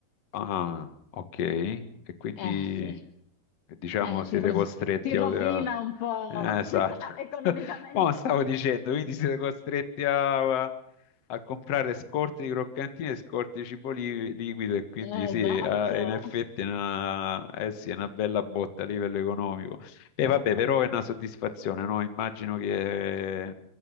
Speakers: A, on the left; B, on the left.
A: Ah, ok. E quindi
B: Eh sì,
A: diciamo
B: eh,
A: siete
B: ti, ro-
A: costretti
B: ti rovina
A: a... a-
B: un po'
A: Eh, esatto.
B: <laughs> economicamente.
A: <laughs> Ma stavo dicendo, quindi siete costretti a, a comprare scorte di croccantini e scorte di cibo li- liquido e quindi
B: Eh,
A: sì,
B: Esatto,
A: eh, in effetti è una, eh sì, è una bella botta a livello economico. E vabbè, però è una soddisfazione, no? Immagino che